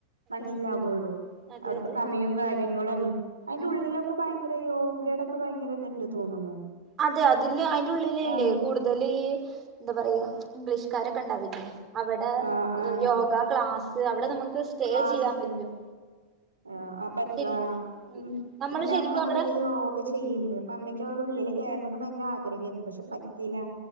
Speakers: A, on the right; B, on the right.
A: മനസ്സിലാവുള്ളൂ
B: ഉം അതെ
A: അവിടുതെ
B: അതെ
A: സമയും കാര്യങ്ങളും അയ്ന്റെ
B: ഉം
A: ഉള്ളിലൊക്കെ ഭയങ്ക അയ്യോ യെടക്ക് ഭയങ്കര ഇത് ഉണ്ട് തോന്നുന്നു
B: അതെ അതില് അതിന്റെ ഉള്ളിൽല്ലേ
A: ആഹ്
B: കൂടുതൽ ഈ എന്താ പറയാ ഇംഗ്ലീഷ് കാരൊക്കെ ഉണ്ടാവില്ലേ അവിടെ
A: ആഹ് ആഹ്
B: യോഗ ക്ലാസ് അവിടെ നമുക്ക് സ്റ്റേ
A: ക്ലാസ്
B: ചെയ്യാൻ പറ്റും
A: ആഹ് ആഹ് പറ്റും
B: ശരിക്കും
A: ആഹ്
B: ഉം നമ്മള്
A: ഇന്റെ
B: ശരിക്കും
A: അമ്മ അതുപോലെ
B: അവിടെ
A: ഇ ഓഹ് ഒക്കെ ചെയ്യുന്നുണ്ട് അപ്പൊ അമ്മക്ക് അവിടെ ഉള്ളിൽ കയറണംന്ന് ഭയങ്കര ആഗ്രഹമായിരുന്നു പക്ഷെ പറ്റീല്ല